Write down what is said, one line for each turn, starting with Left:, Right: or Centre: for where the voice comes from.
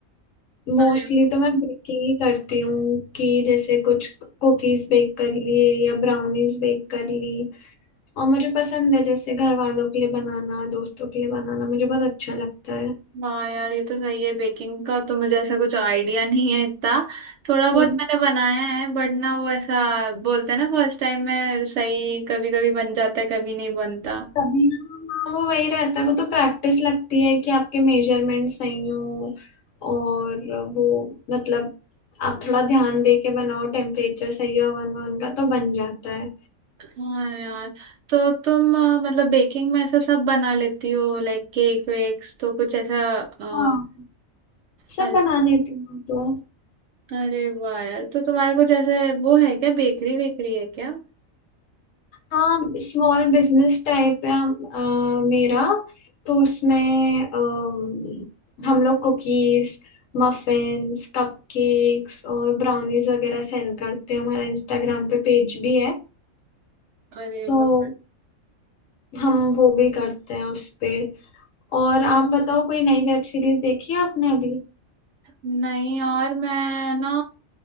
Left: मोस्टली
Right: अरे
Left: तो मैं बेकिंग ही करती हूँ कि जैसे कुछ कुकीज बेक कर लिए या ब्राउनीज बेक कर ली और मुझे पसंद है जैसे घर वालों के लिए बनाना दोस्तों के लिए बनाना मुझे बहुत अच्छा लगता है
Right: हाँ यार ये तो सही है बेकिंग का तो मुझे ऐसा कुछ आइडिया नहीं है इतना थोड़ा बहुत
Left: हम्म।
Right: मैंने बनाया है बट ना वो ऐसा बोलते हैं ना फर्स्ट टाइम में सही कभी कभी बन जाता है कभी नहीं बनता
Left: तभी हाँ, वो वही रहता है वो तो प्रैक्टिस लगती है कि आपके मेजरमेंट सही हो और वो मतलब आप थोड़ा ध्यान दे के बनाओ टेम्परेचर सही हो वन वन का तो बन जाता है
Right: हाँ यार तो तुम अ, मतलब बेकिंग में ऐसा सब बना लेती हो लाइक केक वेक्स तो कुछ ऐसा अ,
Left: हाँ सब
Right: अरे
Left: बना लेती हूँ मैं तो
Right: अरे वाह यार तो तुम्हारा कुछ ऐसे वो है क्या बेकरी वेकरी है क्या
Left: हाँ स्मॉल बिजनेस टाइप है हम- अ, मेरा तो उसमें अम, हम लोग कुकीज मफिन्स कपकेक्स और ब्राउनीज वगैरह सेल करते हैं हमारा इंस्टाग्राम पे पेज भी है
Right: अरे
Left: तो
Right: वाह
Left: हम वो भी करते हैं उस पे और आप बताओ कोई नई वेब सीरीज देखी है आपने अभी
Right: नहीं यार मैं ना